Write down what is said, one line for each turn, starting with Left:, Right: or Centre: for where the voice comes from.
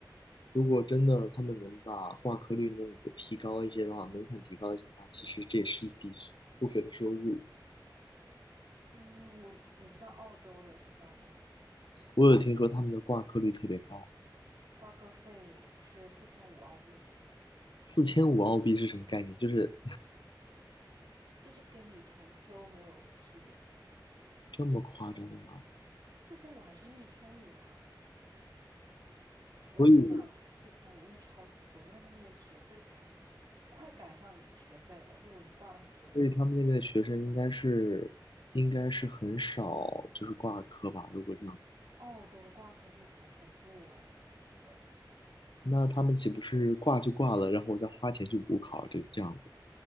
Left: 如果真的他们能把挂科率弄个提高一些的话，门槛提高一些的话，其实这也是一笔不菲的收入。
Right: 嗯，我你知道澳洲的学校吗？
Left: 我有听说他们的挂科率特别高，
Right: 挂科费是四千五澳币，
Left: 四千五澳币是什么概念？就是
Right: 就是跟你重修没有区别，
Left: 这么夸张的吗？
Right: 四千五还是一千五啊？
Left: 所以。
Right: 我印象好像是四千五，因为超级贵，因为他们的学费才快赶上学费了。就如果你挂的很多的话，
Left: 所以他们那边的学生应该是应该是很少就是挂科吧？如果这样，
Right: 澳洲的挂科率才恐怖哎，我觉得。
Left: 那他们岂不是挂就挂了，然后我再花钱去补考这这样子？